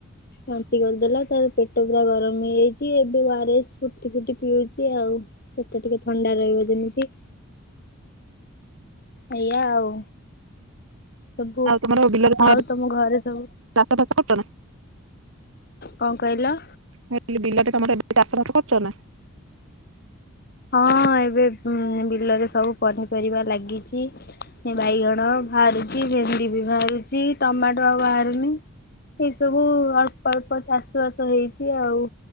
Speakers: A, on the left; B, on the right.
A: ବାନ୍ତି କରିଦେଲା ତାର ପେଟ ପୁରା ଗରମ ହେଇଯାଇଛି। ଛି ଏବେ ଓ ଆର୍ ଏସ୍ ଫୁଟି ଫୁଟି ପିଉଛି ଆଉ ପେଟ ଟିକି ଥଣ୍ଡା ରହିବ ଯେମିତି। ଏଇଆ ଆଉ। ସବୁ
B: ଆଉ ତମର ବିଲରେ କଣ
A: ଆଉ
B: ଏବେ
A: ତମ ଘରେ ସବୁ?
B: ଚାଷ ବାସ କରୁଚ ନା?
A: କଣ କହିଲ?
B: ହେ ବିଲା ଟେ ତମର ଏବେ ଚାଷବାସ କରୁଛ ନା?
A: ହଁ ଏବେ ଉଁ ବିଲରେ ସବୁ ପନିପରିବା ଲାଗିଛି। ବାଇଗଣ ବାହାରୁଛି ଭେଣ୍ଡି ବି ବାହାରୁଛି ଟମାଟୋ ଆଉ ବାହାରୁନି। ଏଇ ସବୁ ଅଳ୍ପ ଅଳ୍ପ ଚାଷ ବାସ ହେଇଛି ଆଉ।